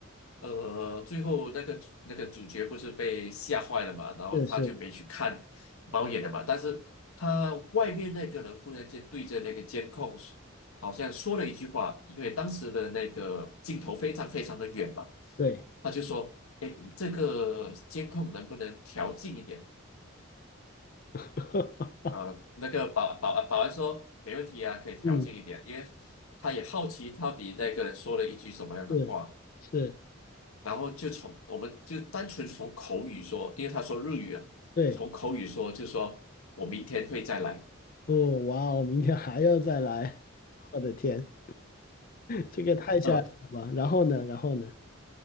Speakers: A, on the left; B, on the left.
A: 呃，最后那个主那个主角不是被吓坏了嘛，然后他就没去看猫眼了嘛，
B: 是是，
A: 但是他外面那个人忽然间对着那个监控，好像说了一句话，因为当时的那个镜头非常非常的远嘛，
B: 对，
A: 他就说：“哎，你这个监控能不能调近一点？”
B: <laughs> 哈哈哈
A: 啊，那个保保安保安说没问题啊，可以调近一点，
B: 嗯，
A: 因为他也好奇到底那个人说了一句什么样的话。
B: 是是，
A: 然后就从我们就单纯从口语说，因为他说日语啊，
B: 对，
A: 从口语说就说我明天会再来，
B: 不，哇哦，明天还要再来，我的天！这个太吓人了吧？
A: 嗯，
B: 然后呢？然后呢？